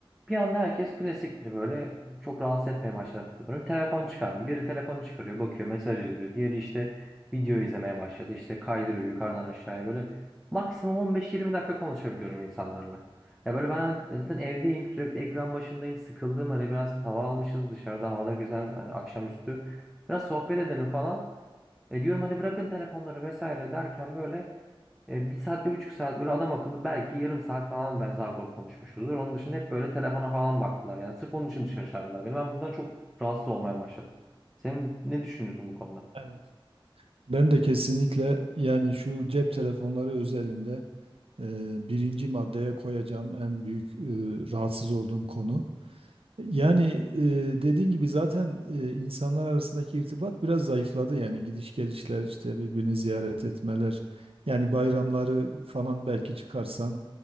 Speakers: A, in the centre; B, on the right.
A: bir anda herkes klasiktir böyle. Çok rahatsız etmeye başladı bunları. Telefon çıkarmıyor. Biri telefonu çıkarıyor, bakıyor, mesaj yazıyor. Diğeri işte video izlemeye başladı. İşte kaydırıyor yukarıdan aşağıya böyle. Maksimum 15-20 dakika konuşabiliyorum insanlarla. Ya böyle ben zaten evdeyim, sürekli ekran başındayım, sıkıldım. Hani biraz hava almışız dışarıda, havada güzel, hani akşamüstü. Biraz sohbet edelim falan. E diyorum hadi bırakın telefonları vesaire derken böyle e, bir saat, bir buçuk saat böyle adam akıllı belki yarım saat falan ben zar zor konuşmuşuzdur. Onun dışında hep böyle telefona falan baktılar. Yani sırf onun için dışarı çağırdılar beni. Ben bundan çok rahatsız olmaya başladım. Sen ne düşünüyorsun bu konuda?
B: Evet. Ben de kesinlikle yani şu cep telefonları özelinde e, birinci maddeye koyacağım en büyük e, rahatsız olduğum konu. Yani e, dediğin gibi zaten e, insanlar arasındaki irtibat biraz zayıfladı yani gidiş gelişler işte birbirini ziyaret etmeler yani bayramları falan belki çıkarsan